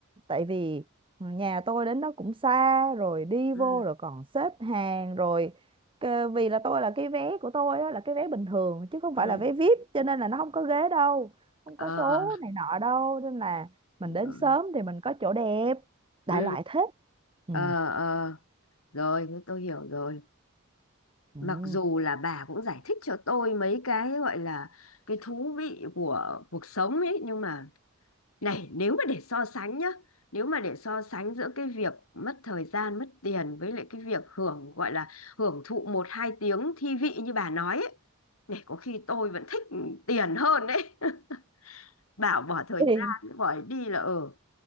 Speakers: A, on the right; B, on the left.
A: Tại vì nhà tôi đến đó cũng xa rồi đi
B: ừ
A: vô rồi còn xếp hàng rồi Cơ- vì là tôi là cái vé của tôi á, là cái vé bình thường chứ không
B: ừ
A: phải là vé VIP cho nên là nó không có ghế đâu, không
B: ờ
A: có số này nọ đâu nên là mình
B: rồi.
A: đến sớm thì mình có chỗ đẹp, đại
B: ừ.
A: loại thế. Ừ.
B: ờ ờ rồi thế tôi hiểu rồi
A: Ừ.
B: mặc dù là bà cũng giải thích cho tôi mấy cái gọi là cái thú vị của cuộc sống ấy nhưng mà này nếu mà để so sánh nhá nếu mà để so sánh giữa cái việc mất thời gian mất tiền với lại cái việc hưởng gọi là hưởng thụ một hai tiếng thi vị như bà nói ấy này có khi tôi vẫn thích tiền hơn đấy <laughs> bảo bỏ thời
A: Thì
B: gian bỏ đi là ờ